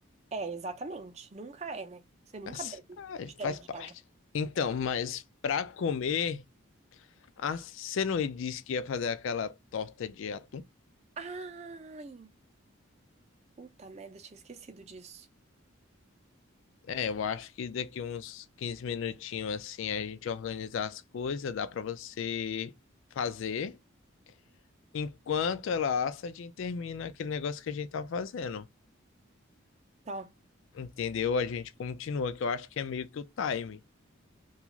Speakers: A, on the right; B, on the left.
A: É, exatamente. Nunca é, né? Você nunca
B: Mas,
A: bebe
B: ah,
A: quantidade
B: faz
A: de
B: parte.
A: água.
B: Então, mas pra comer, ah, você não disse que ia fazer aquela torta de atum?
A: Ai, puta merda, tinha esquecido disso.
B: É, eu acho que daqui uns 15 minutinhos assim a gente organizar as coisas, dá pra você fazer. Enquanto ela assa, a gente termina aquele negócio que a gente tava fazendo.
A: Tá.
B: Entendeu? A gente continua, que eu acho que é meio que o time.